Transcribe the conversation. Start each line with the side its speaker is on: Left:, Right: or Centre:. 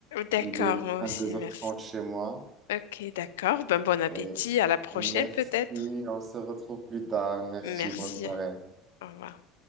Left: D'accord,
Right: Il est
Left: moi aussi,
Right: deux heures
Left: merci.
Right: trente chez moi.
Left: Ok, d'accord. Ben, bon appétit,
Right: Et
Left: à la prochaine
Right: merci,
Left: peut-être.
Right: on se retrouve plus tard. Merci,
Left: Merci,
Right: bonne soirée.
Left: au revoir.